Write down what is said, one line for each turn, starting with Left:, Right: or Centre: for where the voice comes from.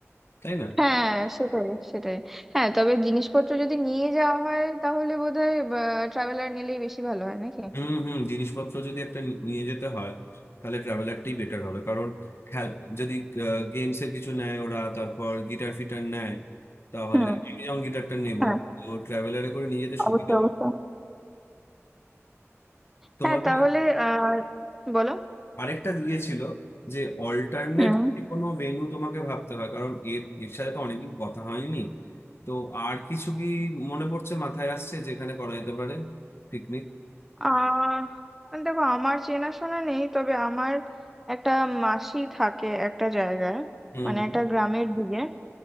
Left: তাই না
Centre: হ্যাঁ সেটাই সেটাই হ্যাঁ তবে জিনিসপত্র যদি নিয়ে যাওয়া হয় তাহলে বোধহয় ট্রাভেলার নিলেই বেশি ভালো হয় নাকি
Left: হুম হুম জিনিসপত্র যদি একটা নি- নিয়ে যেতে হয় তাহলে ট্রাভেলারটাই বেটার হবে কারণ হ্যাঁ যদি গেমস এর কিছু নেয় ওরা তারপর গিটার ফিটার নেয় তাহলে
Centre: হুম
Left: আমি যেমন গিটারটা নেবো
Centre: হ্যাঁ
Left: তো ট্রাভেলারে করে নিয়ে যেতে সুবিধা
Centre: অবশ্যই অবশ্যই
Left: হবে তোমাদের
Centre: হ্যাঁ তাহলে আহ বলো
Left: আরেকটা দিয়েছিল যে অল্টারনেট
Centre: হুম
Left: কোনো ভেন্যু তোমাকে ভাবতে হয় কারণ এর এর সাথে তো অনেকদিন কথা হয়নি তো আর কিছু কি মনে পড়ছে মাথায় আসছে যেখানে করা যেতে পারে পিকনিক
Centre: আহ দেখো আমার চেনাশোনা নেই তবে আমার একটা মাসি থাকে একটা জায়গায়
Left: হুম
Centre: মানে একটা
Left: হুম
Centre: গ্রামের দিকে